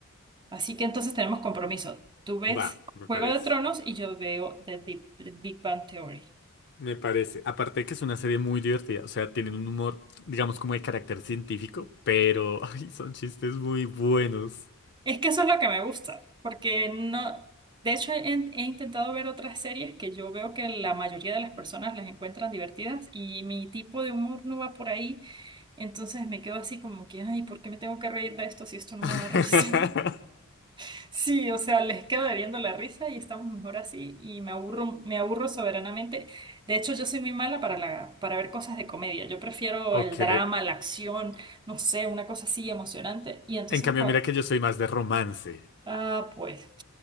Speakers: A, on the right; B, on the left.
A: Así que entonces tenemos compromiso. Tú ves
B: Va, me
A: Juego
B: parece.
A: de Tronos y yo veo The Big, The Big Bang Theory.
B: Me parece. Aparte de que es una serie muy divertida, o sea, tienen un humor, digamos, como de carácter científico, pero <laughs> ay, son chistes muy buenos.
A: Es que eso es lo que me gusta, porque no, de hecho he, he intentado ver otras series que yo veo que la mayoría de las personas las encuentran divertidas y mi tipo de humor no va por ahí, entonces me quedo así como que, ay, ¿por qué me tengo que reír de esto si esto no
B: <laughs>
A: me da risa? <laughs> Sí, o sea, les quedo debiendo la risa y estamos mejor así y me aburro, me aburro soberanamente. De hecho, yo soy muy mala para la, para ver cosas de comedia. Yo prefiero
B: Ok.
A: el drama, la acción, no sé, una cosa así emocionante y entonces
B: En cambio,
A: cuando
B: mira que yo soy más de romance.
A: Ah, pues.